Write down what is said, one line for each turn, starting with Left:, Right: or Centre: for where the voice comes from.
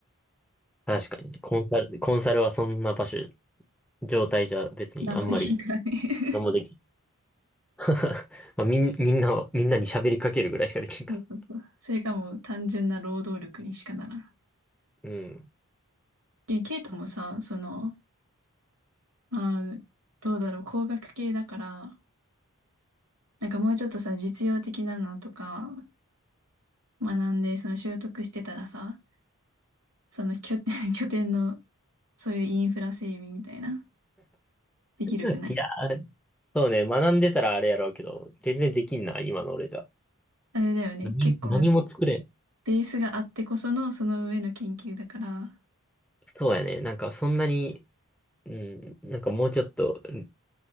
Centre: 確かに。コンサル、コンサルはそんな場所、状態じゃ別にあんまり
Right: 何もできんからね。
Centre: 何もできない <laughs> まあ、みん、みんなを、みんなに喋りかけるぐらいしかできんから。
Right: <laughs> そうそうそう。それかもう単純な労働力にしかならん。
Centre: うん。
Right: でケイトもさ、その、まあ、どうだろう、工学系だから、なんかもうちょっとさ、実用的なのとか学んで、その習得してたらさ、その拠点、<laughs> 拠点の、そういうインフラ整備みたいな、できるくない
Centre: いやー、そうね。学んでたらあれやろうけど、全然できんな、今の俺じゃ。
Right: あれだよね。
Centre: 何、
Right: 結構、
Centre: 何も作れん。
Right: ベースがあってこその、その上の研究だから、
Centre: そうやね。なんかそんなに、うん、なんかもうちょっと、うん